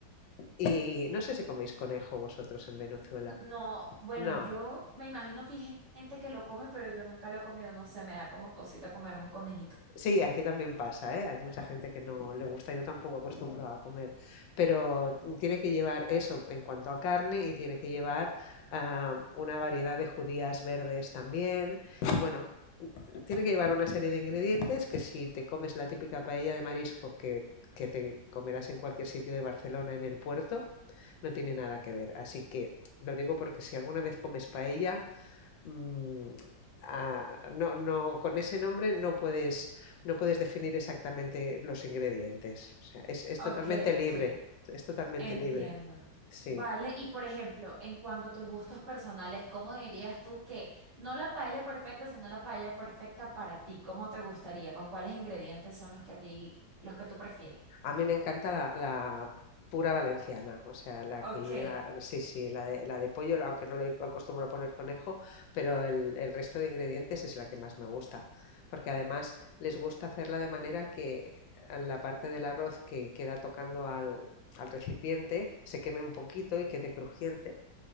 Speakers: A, on the left (about 85°); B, on the right (about 40°).
A: Y no sé si coméis conejo vosotros en Venezuela.
B: No, bueno,
A: No.
B: yo me imagino que hay gente que lo come, pero yo nunca lo he comido, no sé, me da como cosita comerme un conejito.
A: Sí, aquí también pasa, ¿eh? Hay mucha gente que no le gusta, yo tampoco acostumbro a comer, pero tiene que llevar eso en cuanto a carne y tiene que llevar ah, una variedad de judías verdes también. Bueno, tiene que llevar una serie de ingredientes que si te comes la típica paella de marisco que, que te comerás en cualquier sitio de Barcelona en el puerto, no tiene nada que ver. Así que lo digo porque si alguna vez comes paella, mm, ah, no, no, con ese nombre no puedes, no puedes definir exactamente los ingredientes. O sea, es, es
B: Ok,
A: totalmente libre,
B: ok,
A: es totalmente
B: entiendo.
A: libre. Sí,
B: Vale, y por ejemplo, en cuanto a tus gustos personales, ¿cómo dirías tú que no la paella perfecta, sino la paella perfecta para ti? ¿Cómo te gustaría? ¿Con cuáles ingredientes son los que a ti, los que tú prefieres?
A: A mí me encanta la, la pura valenciana, o sea, la
B: Ok,
A: que lleva, sí, sí, la de, la de pollo, aunque no le acostumbro a poner conejo, pero el, el resto de ingredientes es la que más me gusta, porque además les gusta hacerla de manera que la parte del arroz que queda tocando al, al recipiente se queme un poquito y quede crujiente,